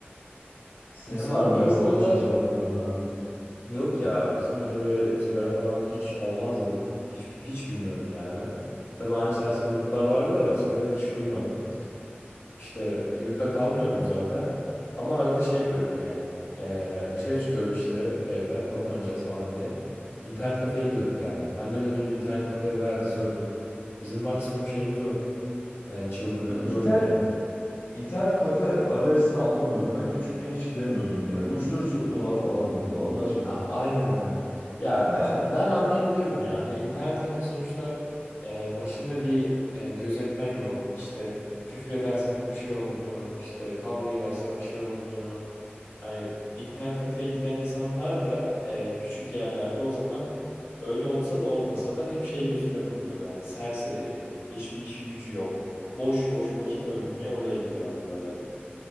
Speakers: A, on the left; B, on the left.
A: Senin
B: Bizim
A: var
B: ortaokulda
A: mı böyle salak saçma anıların abi?
B: yok ya bizim hani böyle sigara falan hiç olmazdı. Hiç, hiç bilmiyorum yani ben. Tabii aynı serseri gruplar vardı da sigara hiç duymadım. İşte yurtta kalmıyordum zaten. Ama arada şey yapıyorduk yani. Ee, dışarı çıkıyorduk işte evden top oynayacağız falan diye. İnternet kafeye gidiyorduk yani. Annem de benim internet kafeye bayağı kızıyordu.
A: Hı.
B: Bizim maksimum şeyimiz o. Yani çılgınlığımız
A: Onun internet
B: oydu yani.
A: internet kafe alerjisini anlamıyorum. Ben küçükken hiç gidemiyordum ya. Uyuşturucu satıyorlar falan diyordu Allah aşkına.
B: A- Aynen anne. Ya
A: Ya.
B: ta- ben anlayabiliyorum ya. Hani internet kafe sonuçta e, başında bir e, gözetmen yok. İşte küfür edersen bir şey olmuyor. İşte kavga edersen bir şey olmuyor. Hani internet kafeye giden insanlar da e, küçük yerlerde o zaman öyle olsa da olmasa da hep şey gözüyle bakılıyordu. Hani serseri, hiçbir işi gücü yok. Boş boş vakit öldürmeye oraya gidiyor hani böyle.